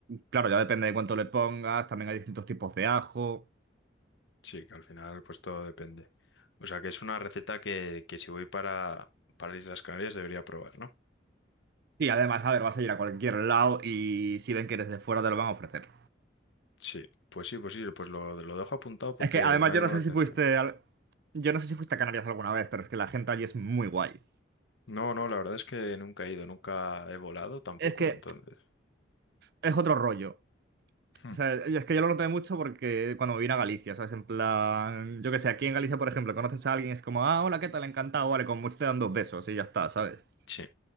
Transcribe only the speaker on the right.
claro, ya depende de cuánto le pongas, también hay distintos tipos de ajo.
Y además, a ver, vas a ir a cualquier lado y si ven que eres de fuera te lo van a ofrecer.
Es que además
yo
no sé
si fuiste al- yo no sé si fuiste a Canarias alguna vez, pero es que la gente allí es muy guay.
Es que
es otro rollo.
O sea, y es que yo lo noté mucho porque cuando me vine a Galicia, ¿sabes? En plan, yo qué sé, aquí en Galicia, por ejemplo, conoces a alguien y es como, ah, hola, ¿qué tal? Encantado, vale, como mucho te dan dos besos y ya está, ¿sabes?